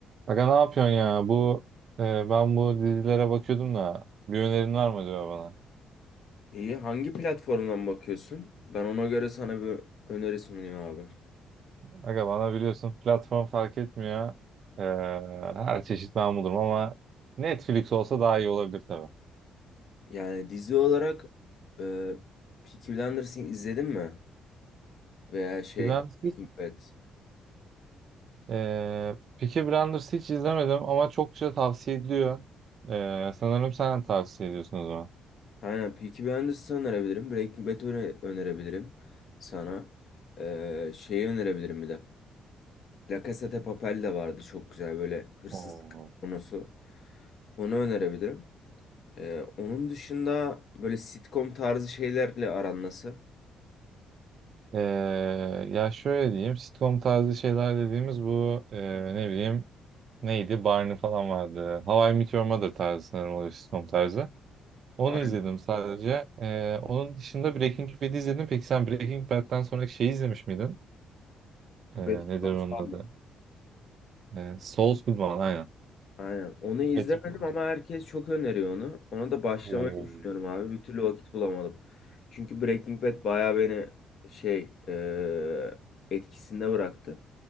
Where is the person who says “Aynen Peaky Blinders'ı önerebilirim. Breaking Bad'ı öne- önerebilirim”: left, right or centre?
Left